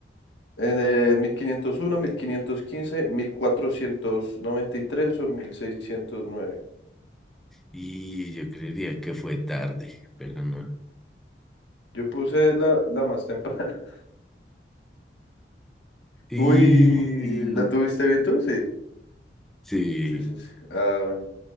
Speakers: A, on the left (about 90°); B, in the centre.
A: ¿En el mil quinientos uno, mil quinientos quince, mil cuatrocientos noventa y tres o mil seiscientos nueve.
B: Y yo creería que fue tarde, pero no.
A: Yo puse la, la más temprana. <laughs>
B: Y
A: Uy, ¿la tuviste bien tú? Sí.
B: sí,
A: Sí, sí, sí. Ah, bueno.